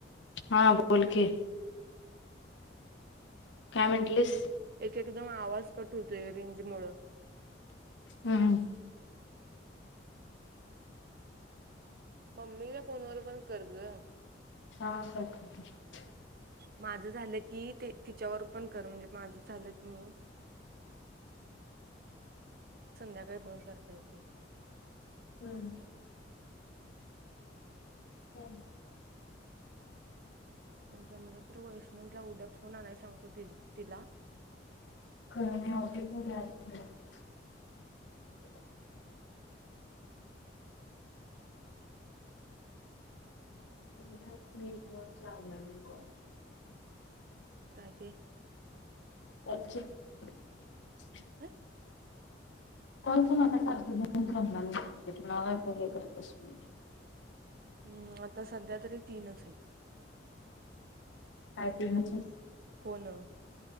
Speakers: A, on the left; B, on the right.
A: हां बोल की काय म्हंटलीस?
B: एक एकदम आवाज कट होतोय रेंज मुळ.
A: हम्म
B: मम्मी ला फोनवर पण कर ग.
A: हां करते.
B: माझं झालं की ते तिच्यावर पण कर म्हणजे माझं झालं क नई संध्याकाळी भर करता येते.
A: हम्म हो
B: पण जमलं तर वैष्णवीला उद्या फोन आणाय सांगतो ति तिला.
A: खरं नाही <unintelligible> <unintelligible>
B: काय ते
A: वॉट्स अप
B: काय
A: <inaudible> कॉल कोणाच सारखं घेत बसणार नाही <unintelligible>
B: हम्म आता सध्या तरी तीनच आहेत.
A: <unintelligible>
B: फोन